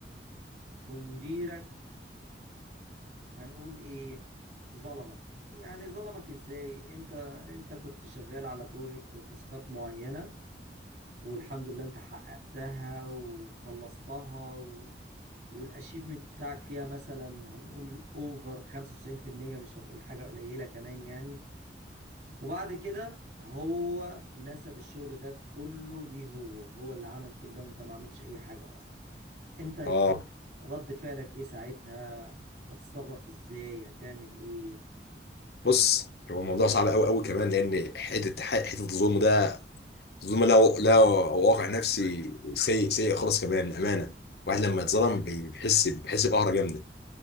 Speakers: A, on the right (about 60°); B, on the left (about 60°).
A: ومديرك هنقول ايه ظلمك يعني ظلمك ازاي انت انت كنت شغال على بروجكت وتاسكات معينة والحمد لله انت حققتها وخلصتها و... والاشيفمنت بتاعك فيها مثلا هنقول اوفر 95% مش هنقول حاجة قليلة كمان يعني وبعد كده هو نسب الشغل ده كله ليه هو هو اللي عمل كل ده وانت ما عملتش اي حاجة اصلا انت يكون
B: اه
A: رد فعلك ايه ساعتها هتتصرف ازاي هتعمل ايه
B: بص هو الموضوع صعب قوي قوي كمان لان حته حته الظلم ده الظلم له له واقع نفسي سيء سيء خالص كمان امانه واحد لما يتظلم بي- بيحس بيحس بقهره جامده